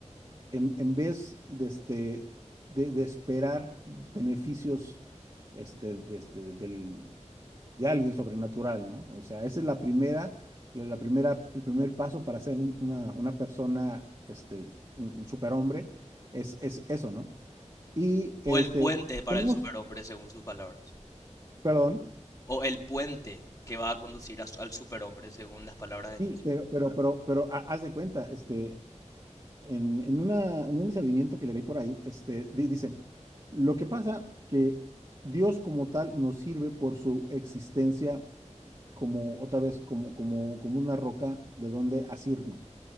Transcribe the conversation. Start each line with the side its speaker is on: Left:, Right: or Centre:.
Right: en, en vez de, este, de, de esperar beneficios este, de, este, del, de alguien sobrenatural, ¿no? O sea, esa es la primera, la, la primera, el primer paso para ser un- una, una persona, este, un, un superhombre, es, es eso, ¿no? Y
Left: O
Right: este,
Left: el puente para
Right: tenemos,
Left: el superhombre, según sus palabras.
Right: perdón,
Left: O el puente que va a conducir a su- al superhombre, según las palabras de
Right: sí,
Left: Nietzsche.
Right: pero, pero, pero, pero, ha- haz de cuenta, este, en, en una, en un discernimiento que le leí por ahí, este, di- dice, lo que pasa que Dios como tal nos sirve por su existencia como otra vez, como, como, como una roca de donde asirnos.